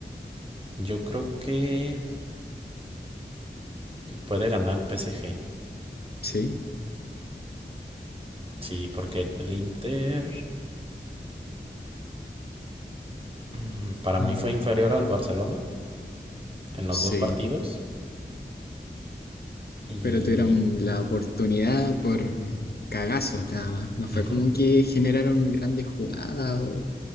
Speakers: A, on the right (about 30°); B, on the left (about 60°).
A: yo creo que puede ganar el PSG.
B: ¿Sí?
A: Sí, porque el, el Inter mm, para
B: Mm.
A: mí fue inferior al Barcelona en los
B: Sí,
A: dos partidos y...
B: pero tuvieron la oportunidad por mm, cagazos nada más. No fue
A: ujú,
B: como que generaron grandes jugadas o